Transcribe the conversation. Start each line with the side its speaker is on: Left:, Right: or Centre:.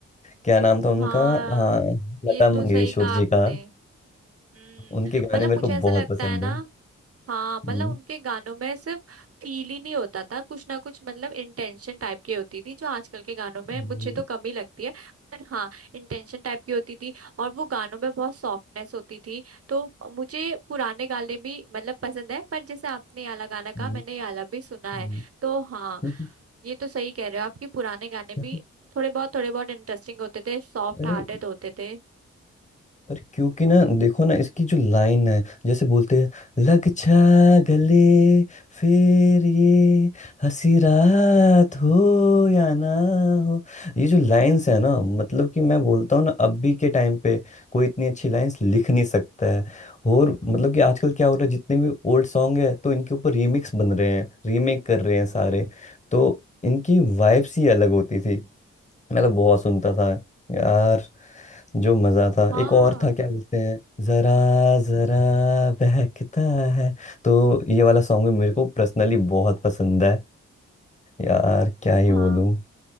Left: क्या नाम था उनका
Right: हाँ
Left: हाँ लता
Right: ये
Left: मंगेशकर
Right: तो सही कहा
Left: जी
Right: आपने
Left: का
Right: हम्म
Left: उनके गाने
Right: मतलब
Left: मेरे
Right: मुझे
Left: को
Right: ऐसा
Left: बहुत
Right: लगता
Left: पसंद
Right: है ना
Left: है
Right: हाँ मतलब
Left: हम्म,
Right: उनके गानों में सिर्फ फील ही नहीं होता था कुछ ना कुछ मतलब इंटेंशन टाइप की होती थी जो आजकल के गानों में
Left: <laughs> हम्म,
Right: मुझे तो कमी लगती है पर हाँ इंटेंशन टाइप की होती थी और वो गानों में बहुत सॉफ्टनेस होती थी तो मुझे पुराने गाने भी मतलब पसंद है पर जैसे आपने ये वाला गाना कहा
Left: हम्म,
Right: मैंने ये वाला भी सुना
Left: हम्म,
Right: है तो हाँ
Left: हम्म,
Right: ये तो सही कह रहे हो आपके पुराने गाने भी
Left: हम्म,
Right: थोड़े बहुत थोड़े बहुत इंटरेस्टिंग होते थे सॉफ्ट
Left: अरे
Right: हार्टेड होते थे
Left: अरे क्योंकि ना देखो ना इसकी जो लाइन है जैसे बोलते हैं लग छा गले फिर ये हंसी रात हो या ना हो ये जो लाइंस है ना मतलब कि मैं बोलता हूँ ना अभी के टाइम पे कोई इतनी अच्छी लाइंस लिख नहीं सकता है और मतलब कि आजकल क्या हो रहा है जितने भी ओल्ड सॉन्ग है तो इनके ऊपर रीमिक्स बन रहे हैं रीमेक कर रहे हैं सारे तो इनकी वाइब्स ही अलग होती थी मैं तो बहुत सुनता था यार जो मजा था
Right: हाँ
Left: एक और था क्या बोलते हैं जरा
Right: हम्म
Left: जरा बहकता है तो ये वाला सॉन्ग भी मेरे को पर्सनली बहुत पसंद है यार क्या ही
Right: हाँ
Left: बोलूं